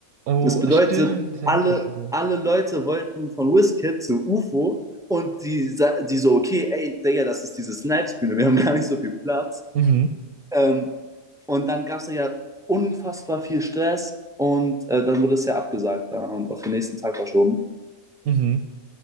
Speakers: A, on the right (about 85°); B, in the centre.
A: Oh,
B: Das bedeutet,
A: stimmt, das habe
B: alle,
A: ich mitbekommen sogar.
B: alle Leute wollten von Wizkid zu UFO. Und die, sa- die so, okay, ey, Digga, das ist diese Snipes-Bühne, wir haben gar nicht so viel Platz.
A: Mhm.
B: Ähm, und dann gab es ja unfassbar viel Stress und äh, dann wurde es ja abgesagt ja, und auf den nächsten Tag verschoben.
A: Mhm.